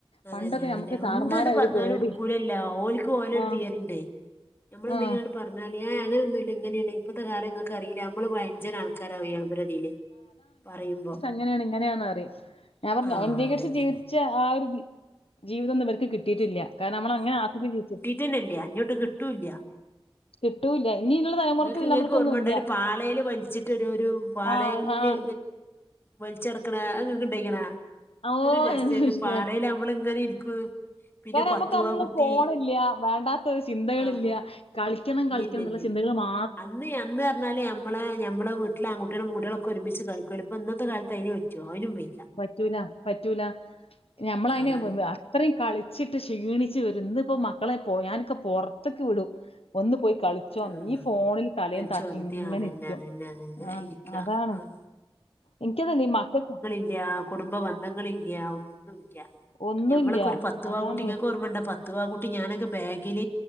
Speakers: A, on the left; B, on the left.
A: അതന്നെ
B: പണ്ടൊക്കെ
A: അതന്നെ
B: നമുക്ക് സാർമാരെ
A: എന്താണ്ട് പറഞ്ഞാലും
B: ഒരു പേടി
A: ഉടുക്കൂലല്ലാ ഓലിക്ക് ഓലൊരു
B: ആ
A: തീയതിണ്ടേ ഞമ്മള് എന്തെങ്ങനെ
B: ആ
A: പറഞ്ഞാല് ഏ അങ്ങനൊന്നും ഇങ്ങനെയാണ് ഇപ്പത്തെ കാലംങ്ങക്ക് അറിയില്ല ഞമ്മള് പയഞ്ചനാണ് ക്കരാം ഒയ്യോ അവരടീല് പറയുമ്പോ
B: എങ്ങനെയാണ് ഇങ്ങനെയാന്ന് പറയും ഞാൻ പറഞ്ഞ്
A: ആ
B: എന്റെ
A: അതന്നെ
B: കുറിച്ച് ജീവിച്ച ആ ഒരു ജീവിതോന്നും ഇവര്ക്ക് കിട്ടിയിട്ടില്ല കാരണം നമ്മളങ്ങന ആസ്വദിച്ച് <unintelligible> ജീവിച്ചു
A: ത്തിനില്ല്യാ ഇങ്ങോട്ട് കിട്ടൂല്ല്യാ
B: കിട്ടൂല്ല ഇനിയുള്ള തലമുറക്ക്
A: നിങ്ങൾക്ക് ഇങ്ങൾക്ക്
B: നമ്മക്കൊന്നും
A: ഓർമ്മയിണ്ടാ
B: ഇല്ല
A: ഒരു പാളേല് വലിച്ചിട്ടൊരു പാളേല്ല്
B: ആഹ് ആഹ്
A: വെല്ച്ചെടുക്കണാ അങ്ങക്ക് ഉണ്ടേയ്ക്കണാ
B: ഓ
A: ഇതൊരു രസേന്ന്
B: എന്ത് വിഷയം,
A: പാളേല് ഞമ്മള് ഇങ്ങനെ ഇരിക്കും പിന്നെ
B: ങ്ങനെ
A: പത്തുവാ
B: നമുക്ക് അന്ന്
A: കുട്ടി
B: ഫോണില്ല വേണ്ടാത്തൊരു ചിന്തകളില്ല
A: ആഹ്
B: കളി ക്കണം
A: ഇല്ല
B: കളിക്കണം
A: ഇല്ല
B: എന്നുള്ള
A: ഇല്ല
B: ചിന്തകള്
A: ഇല്ല
B: മാ
A: അന്ന് അന്ന്ർഞ്ഞാലേ എ മ്മളേ ഞമ്മെളേ വീട്ട്ലേ ആകുട്ടിയേളും കുട്യേളും ക്കൊ ഒരുമിച്ച് കളിക്കുംഅയ്ന് ഇപ്പോ ഇന്നത്തെ കാലത്ത് അയ്ന് റ്റോ അയ്നും വെയ്
B: പറ്റൂല പറ്റൂല ഞമ്മള അയ്നെ
A: അതാണ്
B: വ് വ്വ ഇത്രയും കളിച്ചിട്ട് ക്ഷീണിച്ച് വരും ഇന്ന് ഇപ്പോ മക്കളെ പോ ഞാനൊക്കെ പൊർത്ക്ക് വിടും. ഒന്ന് പോയി കളി ച്ചോ
A: ഉം
B: ഈ ഫോണിൽ തലേയും
A: കളിച്ചു
B: തത്തിങ്ങനെ
A: വന്നിട്ട് അതന്നെ
B: ഇരിക്കും
A: അതന്നെ അതന്നെ
B: ആഹ്
A: ഇരിക്ക
B: അതാണ്
A: ആഹ്
B: എനിക്ക്തീ മക്കക്
A: ല്യാ കുടുംബ ബന്ധങ്ങളില്യാ ഒന്നുംല്യാ
B: ഒന്നുല്ല
A: ഞമ്മളൊക്കെ ഒരു പത്ത്
B: അതാണ്
A: വാ കുട്ടിക്ക് ങ്ങക് ഓർമ്മണ്ട പത് ത്വാ കൂട്ടി ഞാനൊക്കെ ബാഗിൽ